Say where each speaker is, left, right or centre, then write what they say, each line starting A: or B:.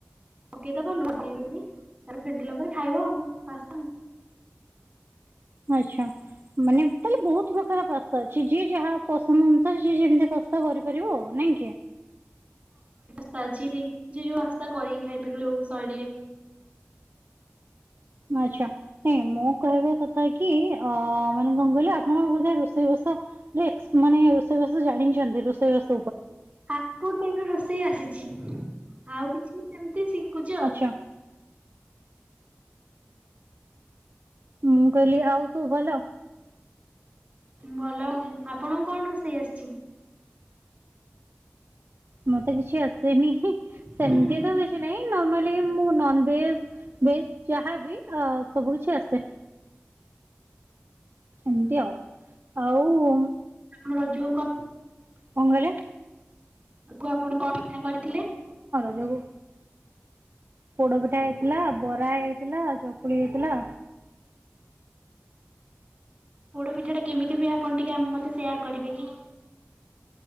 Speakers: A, on the right; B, on the right.
A: ପକେଇଦବ ଲୁଣ ତାର ଫେଣ୍ଟିଲା ପରେ ଖାଇବା ଆଉ ପାସ୍ତା।
B: ଆଛା ମାନେ ତାହେଲେ ବହୁତ ପ୍ରକାର ପାସ୍ତା ଅଛି ଯିଏ ଯାହା ପସନ୍ଦ ଅନୁ ସିଏ ଯେମିତି ପାସ୍ତା କରିପାରିବ ଆଉ ନାଇଁ କି।
A: ଜି ସେଇ ଯ ଯୋଉ ଆସ୍ତା କରିକି ଖାଇପାରିବ ଯୋଉ ଶୈଳୀ
B: ଆଛା। ନଁ ମୁଁ କହିବା କଥା କି ଅ ମାନେ ଗଙ୍ଗଲି ଆପଣଙ୍କବୋଧେ ରଷ ସେ ମାନେ ରେସେଇ ବାସ ଜାଣିିଛନ୍ତି ରଷେଇ ବାସ୍
A: ଫାଷ୍ଟ ଫୁଡ୍ ରୋଷେଇ ଆସିଛି ଆଉ କିଛି ସେମତି ଶିଖୁଛି ଆଉ।
B: ଆଚ୍ଛା। ମୁଁ କହିଲି ଆଉ ତୁ ଭଲ
A: ଭଲଉ ଆପଣଙ୍କୁ କଣ ରୋଷେଇ ଆସିଛି?
B: ମତେ କିଛି ଆ ସେମତି
A: ହୁଁ ହୁଁ
B: ତ କିଛି ନାଇଁ ନର୍ମାର୍ଲି ମୁଁ ନନଭେଜ ଭେଜ ଯାହାବି ଅ ସବୁ କିଛି ଆସେ। ଏମିତି ଆଉ ଆଉ।
A: ଆମର ଯୋଉ କ
B: କଣ କହିଲେ
A: ଆଗୁ ଆପଣ କଣ ଇଠା କରିଥିଲେ।
B: ନୋଗୁଁ ପୋଡପିଠା ହେଇଥିଲା ବରା ହେଇଥିଲା ଚକୁଳି ହେଇଥିଲା
A: ପୋଡ ପିଠା ଟା କେମିତି ହୁଏ ଆପଣ ଟିକେ ମତେ ସେୟାର କରିବେ କି?